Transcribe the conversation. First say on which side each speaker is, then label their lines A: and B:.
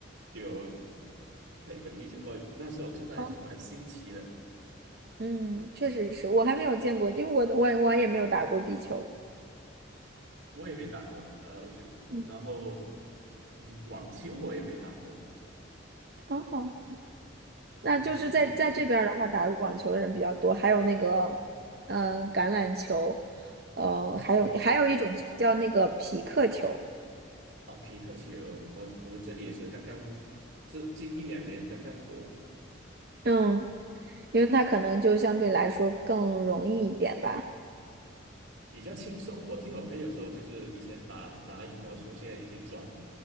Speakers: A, on the right; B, on the right.
A: 有配一个壁球，我那时候我看到也是蛮新奇的，
B: 哦，嗯，确实是我还没有见过，因为我我我也没有打过壁球。
A: 我也没打过，呃，我觉得，
B: 嗯，
A: 然后嗯，网球我也没打过，
B: 哦。那就是在在这边儿的话，
A: 嗯，这里
B: 打网球的人比较多，还有那个，嗯、橄榄球，呃，还有还有一种球叫那个匹克球，
A: 哦。哦，匹克球，我我们这里也是刚刚这近一两年刚刚火，
B: 嗯，因为它可能就相对来说更容易一点吧。
A: 比较轻松。我听我朋友说，就是以前打打羽毛球，现在已经转